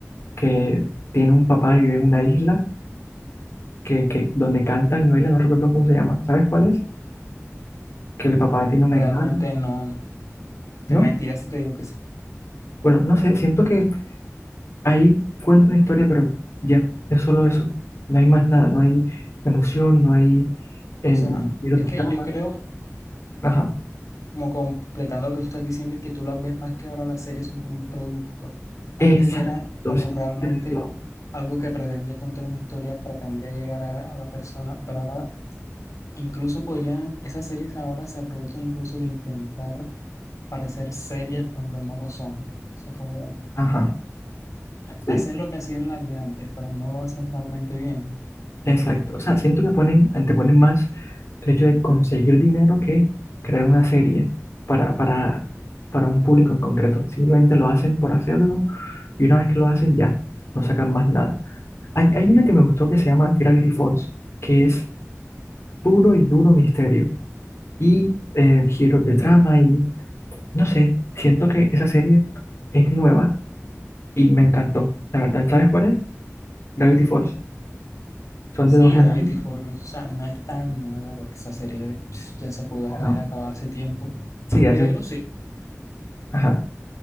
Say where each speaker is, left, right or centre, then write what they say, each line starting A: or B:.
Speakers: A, on the left (about 55°); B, on the left (about 90°).
A: que tiene un papá y vive en una isla que, que donde cantan y bailan, no recuerdo cómo se llama. ¿Sabes cuál es? Que el papá tiene una
B: Realmente
A: guitarra,
B: no te
A: ¿no?
B: mentiras si te digo que sí.
A: Bueno, no sé, siento que ahí cuenta una historia, pero ya, es solo eso. No hay más nada, no hay emoción, no hay
B: O
A: em,
B: sea,
A: giros
B: es
A: de
B: que
A: trama.
B: yo creo
A: Ajá.
B: como completando lo que tú estás diciendo, es que tú las ves más que ahora las series son como un producto. Antes
A: Exacto,
B: era como
A: sí,
B: realmente
A: diste en el clavo.
B: algo que pretendía contar una historia, pretendía llegar a, a la persona, pero ahora incluso podrían, esas series ahora se aprovechan incluso de intentar parecer serias cuando no lo son. O sea, como
A: Ajá.
B: ha-
A: sí.
B: hacer lo que hacían las de antes, pero no lo hacen realmente bien.
A: Exacto, o sea, siento que ponen, anteponen más el hecho de conseguir dinero que crear una serie para, para, para un público en concreto. Simplemente lo hacen por hacerlo y una vez que lo hacen ya, no sacan más nada. Hay, hay una que me gustó que se llama Gravity Falls, que es puro y duro misterio y eh, giros de trama y no sé, siento que esa serie es nueva y me encantó. La verdad, ¿sabes cuál es? Gravity Falls. Son
B: Sí,
A: de dos gemelos.
B: Gravity Falls, o sea, no es tan nueva porque esa serie pss, ya se pudo
A: Bueno,
B: haber acabado hace tiempo.
A: sí, hacen...
B: Pero sí,
A: Ajá.